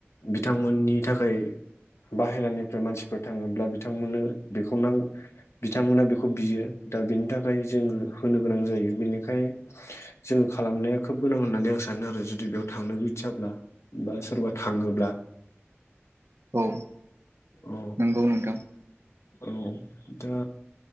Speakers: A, on the left; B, on the right.
A: बिथांमोननि थाखाय बाहेरानिफ्राय मानसिफोर थाङोब्ला बिथांमोननो बेखौ नां बिथांमोना बेखौ बियो दा बिनि थाखाय जोङो होनो गोनां जायो। बेनिखाय जोङो खालामनाया खोब गोनां होननानै आं सानो आरो जुदि बेयाव थांनो इदसाब्ला बा सोरबा थाङोब्ला
B: औ
A: औ
B: नंगौ नोंथां।
A: औ दा